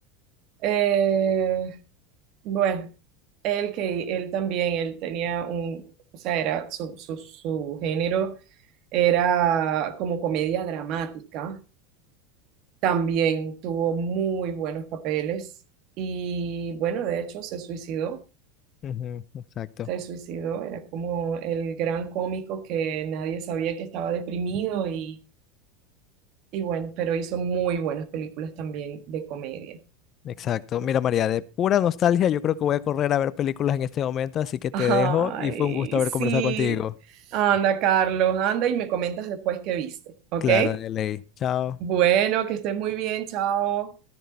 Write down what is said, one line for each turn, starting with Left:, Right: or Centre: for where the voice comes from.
Right: Eh, bueno, él que él también, él tenía un, o sea, era su, su, su género era como comedia dramática. También tuvo muy buenos papeles y bueno, de hecho se suicidó.
Left: Ujú, Exacto,
Right: Se suicidó, era como el gran cómico que nadie sabía que estaba deprimido y, y bueno, pero hizo muy buenas películas también de comedia.
Left: exacto. Mira, María, de pura nostalgia, yo creo que voy a correr a ver películas en este momento, así que te
Right: Ay,
Left: dejo y fue un gusto haber
Right: sí.
Left: conversado contigo.
Right: Anda, Carlos, anda y me comentas después qué viste, ¿ok?
Left: Claro, de ley. Chao.
Right: Bueno, que estés muy bien, chao.